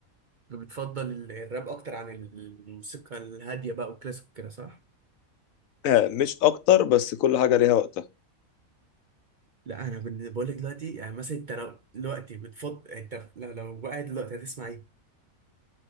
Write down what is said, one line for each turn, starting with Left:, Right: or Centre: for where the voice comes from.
Right: بتفضل الراب اكتر عن الموسيقى الهاديه بقى والكلاسيك كده صح
Left: آه، مش اكتر بس كل حاجه ليها وقتها
Right: لا انا بن- بقول لك دلوقتي يعني مثلا انت لو دلوقتي بتفضل انت لو لو قاعد دلوقتي هتسمع ايه